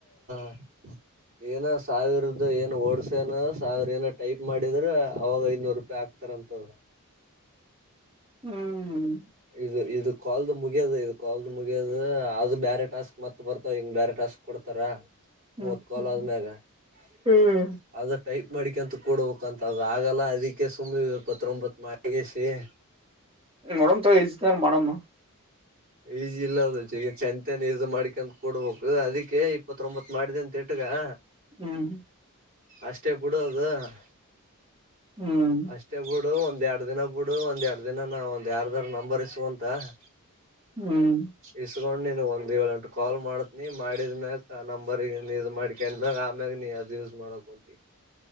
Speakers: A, on the right; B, on the right.
A: <inaudible> ಏನ ಸಾವಿರದ ಏನು ಓಡ್ಸನ ಸಾವಿರ ಏನ ಟೈಪ್ ಮಾಡಿದ್ರೆ ಅವವಾಗ ಐದನೂರು ರೂಪಾಯಿ ಆಗ್ತ <inaudible> ಹಾಕ್ತಾರ ಅಂತ ಅವರ <inaudible>
B: ಹೂ <inaudible>
A: ಇದು ಇದು ಕಾಲ್ದ ಮುಗಿಯದ ಇದು ಕಾಲ್ದ ಮುಗಿಯದ ಅದು ಬೇರೆ ಟಾಸ್ಕ್ ಮತ್ತ ಬರ್ತಾವ ಹಿಂಗ ಬೇರೆ ಟಾಸ್ಕ್. <inaudible> ಕೊಡ್ತಾರ
B: ಹ್ಮ್
A: ಮೂವತ್ತ ಕಾಲ್
B: ಹ್ಮ್
A: ಆದ್ಮ್ಯಾಗ.
B: ಹ್ಮ್
A: <inaudible> ಅದ ಟೈಪ್ ಮಾಡಿಕಂತ ಕೊಡ ಬೇಕಂತದ ಅದ ಆಗಲ್ಲ ಅದಕ್ಕೆ ಸುಮ್ಮನೆ ಎಪ್ಪತ್ತರೋಂಬತ್ತ ಮಾಡಿಗೆಸಿ <inaudible>
B: ನೋಡಮ ತಗ ಇಜಿ ತಾರ ಮಾಡಮು <inaudible>
A: ಈಜಿ ಇಲ್ಲ ಅದು ಜಯಚಂದ <inaudible> ತನಗ ಇದನ ಮಾಡ್ಕಂತ ಕೊಡ್ಬೇಕು ಅದಕ್ಕೆ ಎಪ್ಪತ್ತರೋಂಬತ್ತ ಮಾಡಿದೆ ಅಂತ ಇಟ್ಟಗ. <inaudible>
B: ಹೂ <inaudible>
A: ಅಷ್ಟೇ ಬಿಡೋದು. <inaudible>
B: ಹೂ <inaudible>
A: ಮತ್ತೇ ಬಿಡು ಒಂದ್ ಎರಡ್ ದಿನ ಬಿಡು ಒಂದ್ ಎರಡ್ ದಿನ ನಾ ಒಂದ್ ಯಾರದಾರ್ ನಂಬರ್ ಇಸೋಂಗದ <inaudible>
B: ಹೂ <inaudible>
A: ಇಸ್ಕೊಂಡ್ ನೀನ್ ಒಂದ್ ಏಳ್ ಎಂಟ ಕಾಲ್ ಮಾಡದಿನೀ ಮಾಡಿದ್ ಮ್ಯಾಕ್ ಆ ನಂಬರ್ ಗೆ ಇನ್ ಇದ ಮಾಡಿ <inaudible> ಕೆಂದರಾ ಆಮ್ಯಾಗ ನೀ ಅದ ಯೂಸ್ ಮಾಡಕ ಕುಂತಿ. <inaudible>